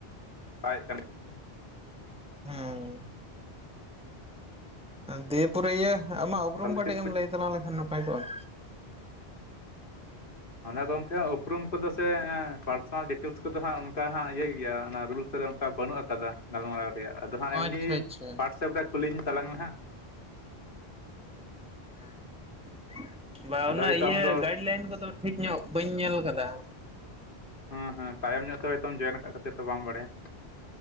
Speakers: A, on the left; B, in the centre.
A: ᱫᱟᱜ ᱮᱫ ᱠᱟᱱᱮ <unintelligible>
B: ᱦᱮᱸᱻ ᱫᱤᱭᱮ ᱯᱚᱨᱮ ᱤᱭᱟᱹ ᱟᱢᱟᱜ ᱩᱯᱨᱩᱢ
A: ᱛᱟᱦᱚᱞᱮ
B: ᱠᱟᱹᱴᱤᱡ
A: ᱪᱮᱫ ᱠᱚ
B: ᱮᱢ ᱞᱟᱹᱭ ᱛᱟᱞᱟᱝ ᱞᱮᱠᱷᱟᱱ ᱱᱟᱯᱟᱭ ᱠᱚᱜ-ᱟ
A: ᱟᱫᱚ ᱜᱚᱝᱠᱮ ᱩᱯᱨᱩᱢ ᱠᱚᱫᱚ ᱥᱮ ᱮᱸᱻ ᱯᱟᱨᱥᱚᱱᱟᱞ ᱰᱤᱴᱮᱞᱥ ᱠᱚᱫᱚ ᱦᱟᱸᱜ ᱚᱱᱠᱟ ᱦᱟᱸᱜ ᱤᱭᱟᱹ ᱜᱮᱭᱟ ᱚᱱᱟ ᱨᱩᱞᱥ ᱨᱩᱞᱥ ᱨᱮ ᱚᱱᱠᱟ ᱵᱟᱹᱱᱩᱜ ᱟᱠᱟᱫᱟ ᱜᱟᱞᱢᱟᱨᱟᱣ ᱨᱮᱭᱟᱜ ᱟᱫᱚ ᱦᱟᱸᱜ ᱮᱢᱱᱤ
B: ᱟᱪᱪᱷᱟ ᱟᱪᱪᱷᱟ
A: ᱣᱟᱴᱥᱮᱯ ᱨᱮ ᱠᱩᱞᱤᱧ ᱛᱟᱞᱟᱝ ᱢᱮ ᱦᱟᱸᱜ
B: ᱦᱮᱸ ᱦᱮᱸ <unintelligible> ᱵᱟ
A: ᱟᱫᱚ
B: ᱩᱱᱟᱹᱜ
A: ᱦᱳᱭᱛᱳ
B: ᱤᱭᱟᱹ
A: ᱟᱢ ᱫᱚ
B: ᱜᱟᱭᱤᱰ ᱞᱟᱭᱤᱱ ᱠᱚᱫᱚ ᱴᱷᱤᱠ ᱧᱚᱜ ᱵᱟᱹᱧ ᱧᱮᱞ ᱠᱟᱫᱟ
A: ᱦᱮᱸ ᱦᱮᱸ ᱛᱟᱭᱚᱢ ᱧᱚᱜ ᱦᱚᱭᱛᱚᱢ ᱡᱚᱭᱮᱱ ᱟᱠᱟᱫ ᱠᱷᱟᱹᱛᱤᱨ ᱛᱮ ᱵᱟᱢ ᱵᱟᱰᱟᱭᱟ